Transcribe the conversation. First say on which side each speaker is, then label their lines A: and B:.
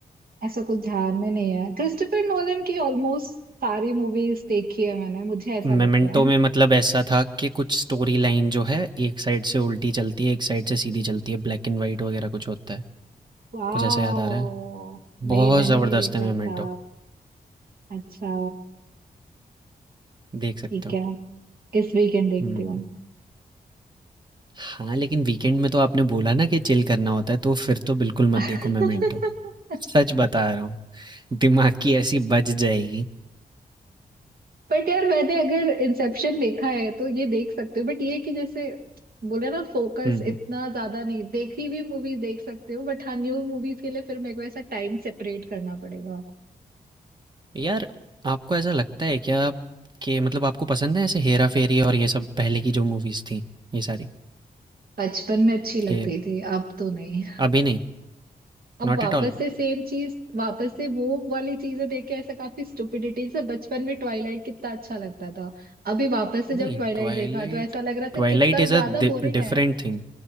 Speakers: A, on the right; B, on the right.
A: ऐसा कुछ ध्यान में नहीं है क्रिस्टोफर नोलन की ऑलमोस्ट सारी मूवीज देखी है मैंने मुझे ऐसा
B: मेमेंटो
A: लगता है
B: में
A: <laughs>
B: मतलब ऐसा था कि कुछ स्टोरी लाइन जो है, एक साइड से उल्टी चलती है, एक साइड से सीधी चलती है, ब्लैक एंड व्हाइट वगैरह कुछ होता है।
A: वाह
B: कुछ ऐसा याद आ रहा है?
A: नहीं
B: बहुत
A: मैंने
B: ज़बरदस्त
A: नहीं देखा
B: है मेमेंटो,
A: ऐसा अच्छा
B: देख सकते
A: ठीक
B: हो।
A: है इस वीकेंड देखती
B: हुँ।
A: हूँ
B: हाँ, लेकिन वीकेंड में तो आपने बोला ना कि चिल करना होता है, तो फिर तो बिल्कुल मत
A: <laughs>
B: देखो मोमेंटो। सच बता रहा हूँ, दिमाग की ऐसी बज जाएगी।
A: बट यार मैंने अगर इंसेप्शन देखा है तो ये देख सकते हो बट ये है कि जैसे बोले ना फोकस
B: हुँ,
A: इतना
B: हुँ।
A: ज्यादा नहीं देखी हुई मूवी देख सकते हो बट हाँ न्यू मूवीज के लिए फिर मेरे को ऐसा टाइम सेपरेट करना पड़ेगा
B: यार, आपको ऐसा लगता है क्या कि मतलब आपको पसंद है ऐसे हेरा-फेरी और ये सब पहले की जो मूवीज़ थी, ये सारी?
A: बचपन में अच्छी लगती
B: हेर
A: थी अब तो नहीं
B: अभी नहीं,
A: अब
B: नॉट
A: वापस
B: एट ऑल?
A: से सेम चीज वापस से वो वाली चीजें देख के ऐसा काफी स्टुपिडिटी जैसे बचपन में ट्वाइलाइट कितना अच्छा लगता था अभी वापस से
B: नहीं,
A: जब ट्वाइलाइट
B: ट्वाइलाइट
A: देखा तो ऐसा लग रहा था
B: ट्वाइलाइट
A: कितना
B: इज़
A: ज्यादा
B: अ डि
A: बोरिंग
B: different
A: है
B: thing.